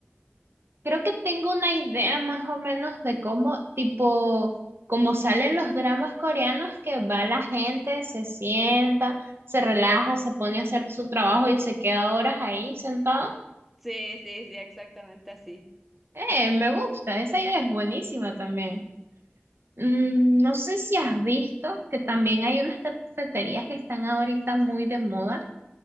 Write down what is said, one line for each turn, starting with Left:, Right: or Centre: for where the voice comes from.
Right: Creo que tengo una idea más o menos de cómo, tipo, como salen los dramas coreanos, que va la gente, se sienta, se relaja, se pone a hacer su trabajo y se queda horas ahí sentado.
Centre: Sí, sí, sí, exactamente así.
Right: Eh, me gusta, esa idea es buenísima también. Mm, no sé si has visto que también hay unas cafeterías que están ahorita muy de moda,